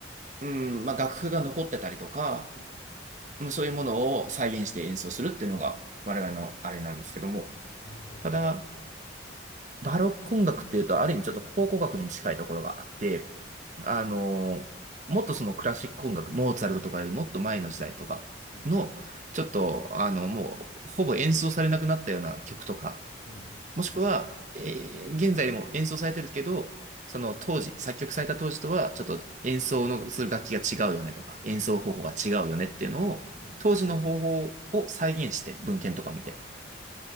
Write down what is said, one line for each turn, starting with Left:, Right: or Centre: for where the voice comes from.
Right: うん、まあ、楽譜が残ってたりとか、
Left: うんうんうんうん。
Right: まあそういうものを再現して演奏するっていうのが我々のあれなんですけども、
Left: なるほど、
Right: ただ、
Left: なるほど、なるほど。はいはいはい。
Right: バロック音楽っていうと、ある意味ちょっと考古学に近いところがあって、
Left: うん。
Right: あの、もっとそのクラシック音楽、モーツァルトとかよりもっと前の時代とかの、
Left: うん。うん。
Right: ちょっと、あの、もう、ほぼ演奏されなくなったような曲とか、
Left: う
Right: もしくは、えー現在でも演奏されてるけど、その当時、作曲された当時とは、ちょっと演奏のする楽器が違うよねとか、
Left: ん。
Right: 演奏方法が違うよねっていうのを、
Left: うん。
Right: 当時の方法を再現して、文献とか見て、
Left: はいはいはいはいはい。